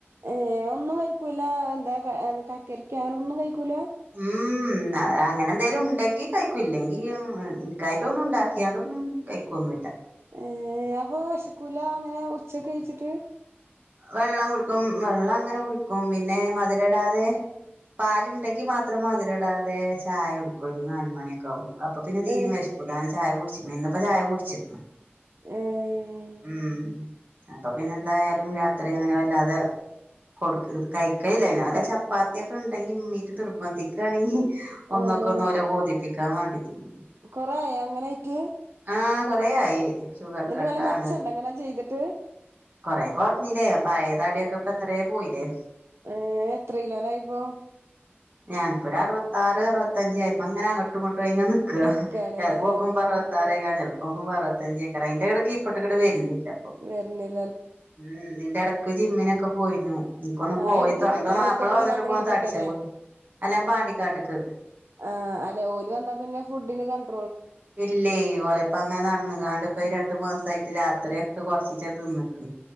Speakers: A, on the right; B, on the right.
A: ഏ ഒന്നും കഴിക്കൂല എന്താ കക്കരിക്ക അങ്ങനെ ഒന്നും കഴിക്കൂല
B: ഉം അങ്ങനെ എന്തേലും ഉണ്ടെങ്കിൽ കഴിക്കൂ ഇല്ലെങ്കിൽ എനക്കായിട്ട് ഒന്നും ഉണ്ടാക്കിയാണ്ടൊന്നും- കഴിക്കുവൊന്നുമില്ല.
A: ഏർ അപ്പൊ വിശക്കൂല അങ്ങനെ ഉച്ചക്കെ കഴിച്ചിട്ട്
B: വെള്ളം കുടിക്കും വെള്ളം അങ്ങനെ കുടിക്കും പിന്നെ മധുര ഇടാതെ- പാലുണ്ടെങ്കി മാത്രം മധുരമിടാതെ ചായ കുടിക്കും ഒരു നല്ലമണിയൊക്കെ ആകുമ്പോ അപ്പൊ പിന്നെ തീരയും
A: ഏഹ്
B: വെശകുല അനെ ചായ കുടിച്ചിക്കണ ഇന്നപ്പ ചായ കുടിച്ചിക്കണ്
A: ഏഹ്
B: ഉം അപ്പൊ പിന്നെ എന്തായാലും- അ അങ്ങനെ വല്ലാതെ കൊടു കഴിക്കേയില്ല വല്ല
A: കയി
B: ചപ്പാത്തി- ഉണ്ടെങ്കി മമ്മീട്ട നിർബന്ധിക്കുകയാണെങ്കിൽ- ഒന്നൊക്കെ
A: ഏഹ്
B: ഒന്ന് പോലെ ബോധിപ്പിക്കാൻ വേണ്ടിന്നു
A: കൊറേ ആയോ അങ്ങനായിട്ട്
B: ആ- കൊറേ ആയി ഷുഗർ
A: എന്നിട്ട്
B: കട്ടാണ്
A: വല്ല മെച്ചമുണ്ടോ അങ്ങനെ ചെയ്തിട്ട്
B: കൊറേ കുറഞ്ഞില്ലേ പഴയ തടിയൊക്കെ ഇപ്പ ഇത്രേ പോയില്ലേ
A: ഏ എത്ര കിലോനായിപ്പോ
B: ഞാനിപ്പോ ഒരു അറുപത്താറ് അറുപത്തഞ്ച് ആയി അങ്ങനെ അങ്ങോട്ടും ഇങ്ങോട്ടും തേങ്ങി നിക്കുവാ
A: നിക്കാണ്ല്ലേ
B: ചിലപ്പോ നോക്കുമ്പോ
A: ഏഹ്
B: അറുപത്താറ് ചെല പ്പോ നോക്കുമ്പോ അറുപത്തഞ്ച് ഏക്കാറാം അതിന്റെ ഇടക്ക് കീഴ്പോട്ട് ഇങ്ങട്ട് വരുന്നില്ല ഇപ്പൊ
A: വരുന്നില്ല
B: ഉം ഇതിന്റെ ഇടക്ക് ജിമ്മിനൊക്കെ പോയിരുന്നു ഇപ്പൊ ഒന്ന്
A: ആഹ്
B: പോയിത്തോ
A: എവിട്ക്ക് പത്ത
B: ഇപ്പ മാപ്പിള
A: എവിട്ക്കാ പോയിനെ
B: വന്നിട്ട്
A: ഇബടെ
B: പോഓൻ
A: അടുത്ത്ക്കന്നെ
B: തടിച്ചക്കുന്നു അല്ല പാണ്ടിക്കാട്ടക്ക്
A: ആ അല്ലെ ഓല് വന്നാ പിന്നെ ഫുഡിന് കണ്ട
B: ഇല്ലേ ഒലെപ്പ അങ്ങനെ നടന്ന കാണ്ട് ഇപ്പൊ രണ്ട്മാസ ആയിട്ട് രാത്രി ഒക്കെ കുറച്ച് തിന്നക്കുന്നു